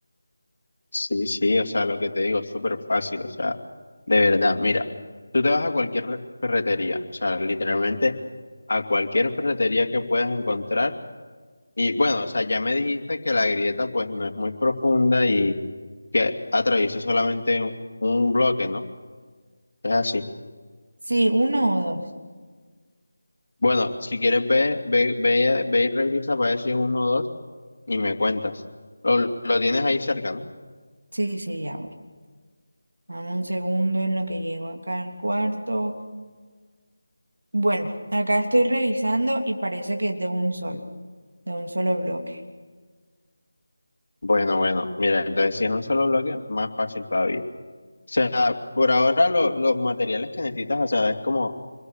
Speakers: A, on the left (about 70°); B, on the right (about 65°).
A: Sí, sí, o sea, lo que te digo es súper fácil, o sea, de verdad, mira, tú te vas a cualquier re- ferretería, o sea, literalmente a cualquier ferretería que puedas encontrar y bueno, o sea, ya me dijiste que la grieta pues no es muy profunda y que atraviesa solamente un, un bloque, ¿no? Es así.
B: Sí, uno o dos.
A: Bueno, si quieres ve, ve, ve, ve y revisa para decir uno o dos y me cuentas. Lo, lo tienes ahí cerca, ¿no?
B: Sí, sí, ya voy. Dame un segundo en lo que llego acá al cuarto. Bueno, acá estoy revisando y parece que es de un solo, de un solo bloque.
A: Bueno, bueno, mira, entonces si es un solo bloque, más fácil todavía. O sea, por ahora lo- los materiales que necesitas, o sea, es como